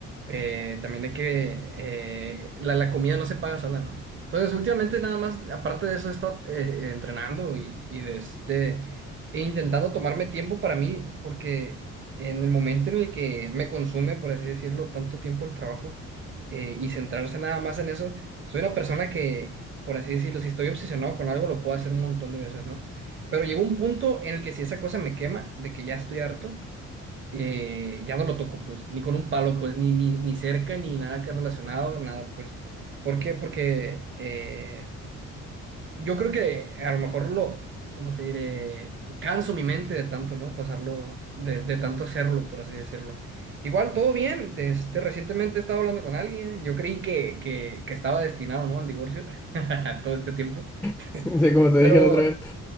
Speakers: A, on the right (about 40°); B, in the centre.
A: eh, también hay que... eh, la, la comida no se paga sola, ¿no? Entonces, últimamente nada más, aparte de eso, he estado eh, entrenando y, y de este, e intentando tomarme tiempo para mí, porque en el momento en el que me consume, por así decirlo, tanto tiempo el trabajo eh, y centrarse nada más en eso, soy una persona que por así decirlo, si estoy obsesionado con algo, lo puedo hacer un montón de veces, ¿no? Pero llegó un punto en el que si esa cosa me quema, de que ya estoy harto, eh, ya no lo toco, pues, ni con un palo, pues, ni, ni, ni cerca, ni nada que relacionado, nada, pues. ¿Por qué? Porque eh, yo creo que a lo mejor lo, como te diré, canso mi mente de tanto, ¿no? Pasarlo, de, de tanto hacerlo, por así decirlo. Igual, todo bien. de Este, recientemente he estado hablando con alguien. Yo creí que, que, que estaba destinado, ¿no? Al divorcio <laughs> todo este tiempo.
B: <laughs>
A: <laughs>
B: Sí, como te
A: Pero
B: dije la otra vez.